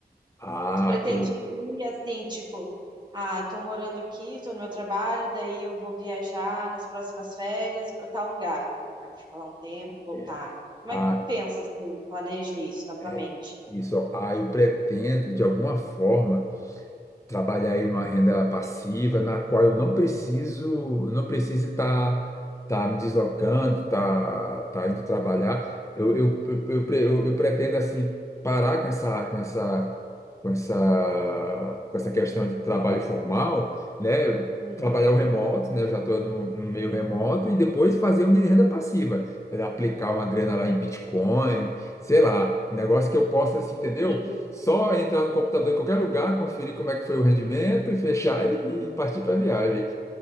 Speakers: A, on the left (about 15°); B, on the right (about 25°).
A: Ah,
B: Tu pretende
A: eu,
B: ir assim, tipo, ah, tô morando aqui, tô no meu trabalho, daí eu vou viajar nas próximas férias para tal lugar. Aí vou ficar lá um tempo, voltar.
A: é,
B: Como
A: ah,
B: é que tu pensa assim, planeja isso na
A: é,
B: tua mente?
A: isso, ó. ah, eu pretendo de alguma forma trabalhar aí numa renda passiva, na qual eu não preciso, eu não preciso estar tá, tá me deslocando, tá, tá indo trabalhar. Eu, eu, eu, eu, pre- eu- eu pretendo assim parar com essa, com essa com essa, com essa questão de trabalho formal, né? Eu
B: Uhum,
A: Trabalhar o remoto, né? Eu já estou no, no meio remoto e depois fazer um de renda passiva, Era aplicar uma grana lá em Bitcoin, sei lá, um negócio que eu possa, assim, entendeu?
B: sim.
A: Só entrar no computador em qualquer lugar, conferir como é que foi o rendimento e fechar e, e partir para a viagem.